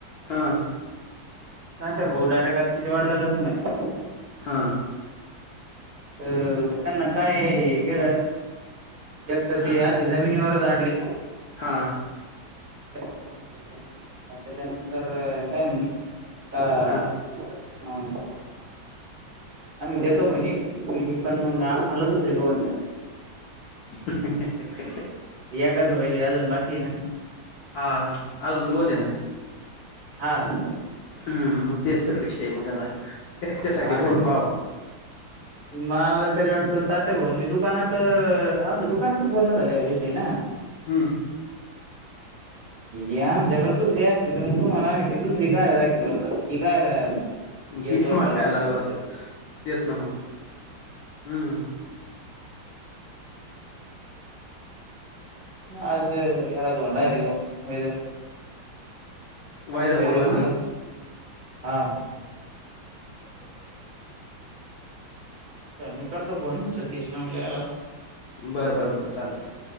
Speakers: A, on the left; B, on the right.
A: हां
B: नाही ते गो डायरेटात तिच्या वडिलाला बी माहिते.
A: हां
B: अ त्यांना काय हे केलं एकतर
A: हां,
B: ते आ ते जमिनीवरच आढले.
A: हां
B: <unintelligible> पण त्याच्यानंतर काय म्हणे. का <unintelligible>
A: हां.
B: आम्ही देतो म्हणे मुलगी पण मग आम्हाला दुसरी पाहून द्या.
A: <inaudible>
B: एकाच होईल अजून बाकी आहे ना.
A: हा अजून दोन आहे ना
B: हां
A: हम्म मग तेच तर विषय मग आता त्याच्यासाठी
B: मग आता
A: कोडून
B: मी
A: पाहवा
B: मला तर वाटतं तात्या भाऊन मी दुकानात आमचं दुकानातच बोलण झालं या विषयी ना.
A: हम्म.
B: या आमच्याकड दुसरी असती तर मग तुम्हाला आम्ही हि दुसरी कायला दाखवित बसलो असतो हि कायला येत
A: हिच्या
B: बसलो
A: माग
B: असतो
A: काय लागलो
B: म्हणल तुमच्याकड.
A: तेच न मग, हम्म
B: आज येरा धोंडा हो <unintelligible>
A: वायजापूरला
B: वैजापूरला
A: ना?
B: हां चल मी करतो फोन सतीश नवलेला.
A: बरं बरं बरं चालतय.